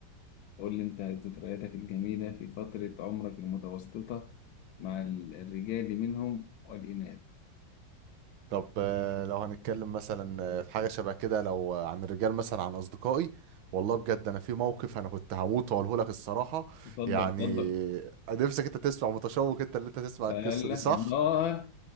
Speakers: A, on the left; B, on the right.
A: قول لي أنت ذكرياتك الجميلة في فترة عمرك المتوسطة مع ال- الرجال منهم والإناث
B: طب آه، لو هنتكلم مثلا آه، في حاجة شبه كده لو آه، عن الرجال مثلا عن أصدقائي والله بجد أنا في موقف أنا كنت هموت وأقوله لك الصراحة
A: اتفضل
B: يعني
A: اتفضل
B: آه، نفسك أنت تسمع متشوق أنت اللي أنت تسمع
A: ألا
B: القصة دي صح؟
A: الله